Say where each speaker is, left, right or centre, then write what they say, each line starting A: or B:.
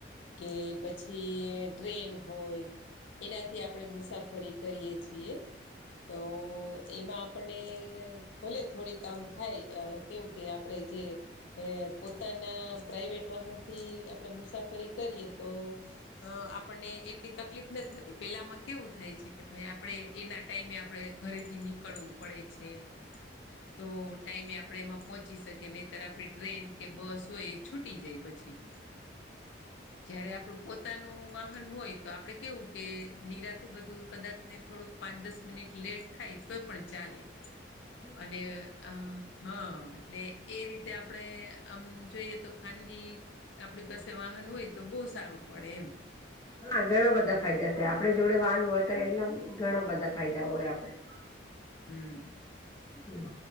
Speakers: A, on the left; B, on the left.
A: કે પછી ટ્રેન હોય એનાથી આપણેે મુસાફરી કરીએ છીએ, તો એમાં આપણને ભલે થોડી કામ થાય અ કેવું કે આપણેે જે અ પોતાના પ્રાઈવેટ વાહનથી મુસાફરી કરીએ તો, અ આપણને એટલી તકલીફ ના થતી પેલામાં કેવું થાય છે કે ભાઈ આપણે એના ટાઈમે આપણે ઘરેથી નીકળવું પડે છે.
B: <inaudible>
A: તો ટાઈમે આપણે એમાં પહોંચી શકીએ નહીતર આપણી ટ્રેન કે બસ હોય એ છૂટી જાય પછી. જયારે આપડું પો પોતાનું વાહન હોય તો આપણે કેવું કે નિરાતે બધું કદાચ ને થોડુંક પાંચ દસ મિનિટ લેટ થાય તો પણ ચાલે.
B: <inaudible>
A: અને અ હા એટલે એ રીતે આપણે આમ જોઈએ તો ખાનગી આપડી પાસે વાહન હોય તો બહુ સારું પડે એમ.
B: હા ઘણા બધા ફાયદા છે આપડે જોડે વાન હોય તો એલા ઘણા બધા ફાયદા હોય આપડે હ <inaudible>
A: હમ.
B: હમ.